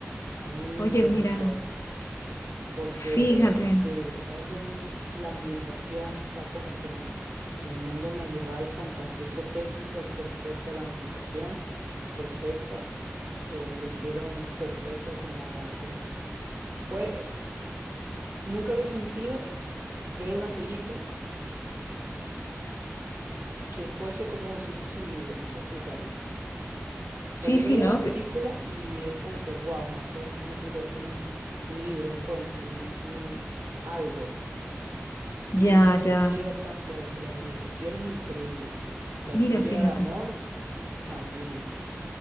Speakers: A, on the right; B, on the left.
A: A mí
B: oye,
A: me encantó,
B: mira,
A: porque
B: fíjate.
A: sí, es un, la ambientación está como que en el, en el mundo medieval fantasioso tétrico, es perfecta la ambientación, perfecta. eh, lo hicieron perfecta como, como si f- fue, nunca había sentido ver una película. que fuese como si fuese un libro, no sé explicarlo. O sea,
B: Sí,
A: yo
B: sí,
A: veía
B: no,
A: la película
B: te-
A: y es como que, wow, no, esto no es una película, esto es un, un libro, un cuento, un, un algo. Y
B: ya,
A: nunca había sentido
B: ya.
A: tanto eso. La ambientación es increíble. La
B: Mira,
A: historia
B: fíjate.
A: de amor también.